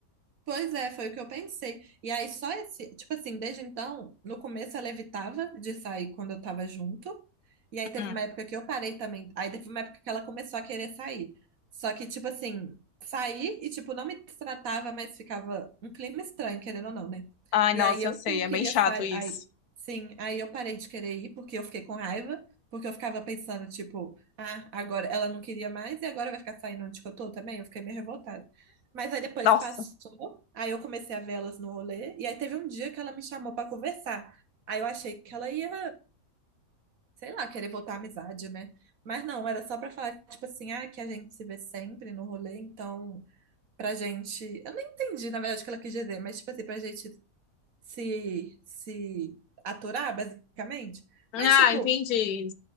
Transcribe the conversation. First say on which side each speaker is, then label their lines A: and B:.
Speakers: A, on the right; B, on the left.
A: Pois é, foi o que eu pensei. E aí, só esse, tipo assim, desde então, no começo ela evitava de sair quando eu tava junto. E aí teve
B: Hum.
A: uma época que eu parei também. Aí teve uma época que ela começou a querer sair. Só que, tipo assim, saí e, tipo, não me tratava, mas ficava um clima estranho, querendo ou não, né?
B: Ai,
A: E
B: nossa,
A: aí eu
B: eu sei,
A: que não
B: é
A: queria
B: bem chato
A: sair.
B: isso.
A: Aí, sim, aí eu parei de querer ir porque eu fiquei com raiva. Porque eu ficava pensando, tipo, ah, agora ela não queria mais e agora vai ficar saindo onde que eu tô também. Eu fiquei meio revoltada. Mas aí depois
B: Nossa.
A: passou, aí eu comecei a ver elas no rolê, e aí teve um dia que ela me chamou pra conversar. Aí eu achei que ela ia, sei lá, querer voltar à amizade, né? Mas não, era só pra falar, tipo assim, ah, que a gente se vê sempre no rolê, então pra gente. Eu não entendi, na verdade, o que ela quis dizer, mas tipo assim, pra gente se, se aturar, basicamente.
B: Ah,
A: Mas, tipo,
B: entendi.